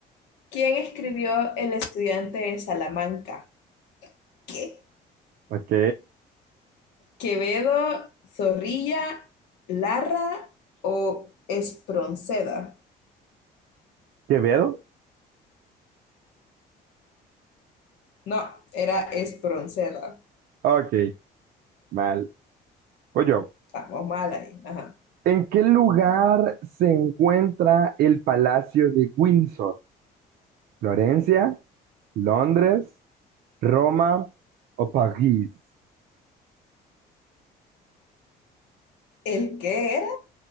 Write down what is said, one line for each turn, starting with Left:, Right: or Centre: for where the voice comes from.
Left: ¿Quién escribió El estudiante de Salamanca? ¿Qué?
Right: Ok.
Left: ¿Quevedo, Zorrilla, Larra o Espronceda?
Right: Quevedo.
Left: No, era Espronceda.
Right: Ok. Mal. Voy yo.
Left: Estamos mal ahí. Ajá.
Right: ¿En qué lugar se encuentra el Palacio de Windsor? ¿Florencia? ¿Londres? ¿Roma? ¿O París?
Left: ¿El qué era?